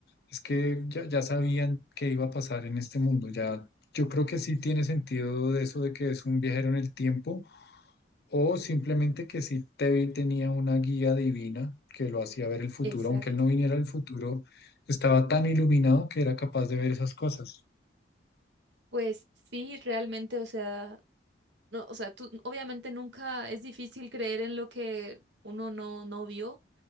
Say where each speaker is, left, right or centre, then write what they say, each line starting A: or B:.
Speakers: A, on the left; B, on the right.
A: es que ya, ya sabían qué iba a pasar en este mundo. Ya, yo creo que sí tiene sentido de eso de que es un viajero en el tiempo o simplemente que sí te, tenía una guía divina que lo hacía ver el futuro,
B: exacto.
A: aunque él no viniera al futuro, estaba tan iluminado que era capaz de ver esas cosas.
B: Pues sí, realmente, o sea, no, o sea, tú obviamente nunca es difícil creer en lo que uno no, no vio